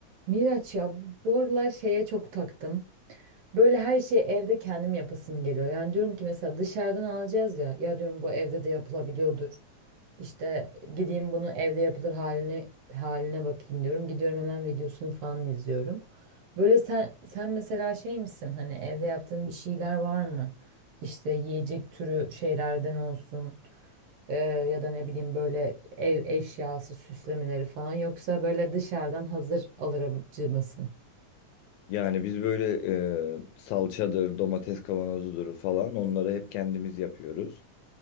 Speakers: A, on the right (about 70°); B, on the left (about 80°).
A: Miraç ya bu aralar şeye çok taktım. Böyle her şeyi evde kendim yapasım geliyor. Yani diyorum ki mesela dışarıdan alacağız ya. Ya diyorum bu evde de yapılabiliyordur. İşte gideyim bunu evde yapılır haline haline bakayım diyorum. Gidiyorum hemen videosunu falan izliyorum. Böyle sen sen mesela şey misin? Hani evde yaptığın bir şeyler var mı? İşte yiyecek türü şeylerden olsun. Ee, ya da ne bileyim böyle ev eşyası süslemeleri falan yoksa böyle dışarıdan hazır alırcı mısın?
B: Yani biz böyle e, salçadır, domates kavanozudur falan onları hep kendimiz yapıyoruz.